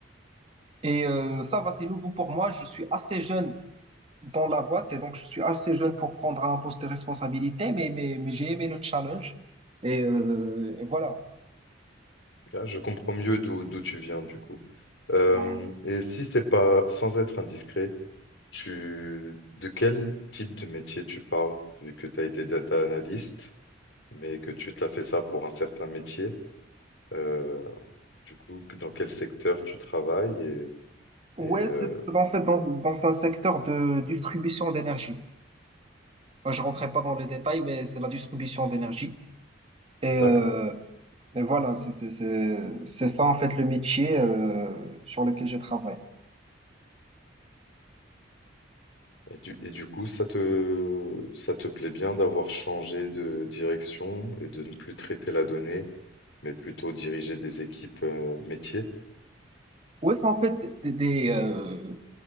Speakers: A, on the right; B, on the left.
A: Et euh, ça va, c'est nouveau pour moi. Je suis assez jeune dans la boîte et donc je suis assez jeune pour prendre un poste de responsabilité, mais, mais, mais j'ai aimé le challenge. Et, euh, et voilà.
B: Ah, je comprends mieux d'où d'où tu viens, du coup. Euh,
A: Ouais.
B: et si c'est pas, sans être indiscret, tu, de quel type de métier tu parles, vu que tu as été data analyst, mais que tu t'as fait ça pour un certain métier, euh, du coup, que- dans quel secteur tu travailles et,
A: Ouais,
B: et, euh,
A: c'est c'est en fait dans, dans un secteur de distribution d'énergie. Enfin, je rentrais pas dans les détails, mais c'est la distribution d'énergie. Et,
B: d'accord.
A: euh, et voilà, c'est c'est- c'est- c'est ça en fait le métier euh, sur lequel je travaille.
B: Et du et du coup, ça te ça te plaît bien d'avoir changé de direction et de ne plus traiter la donnée, mais plutôt diriger des équipes, heu, métiers?
A: Ouais, c'est en fait des, des- des, euh,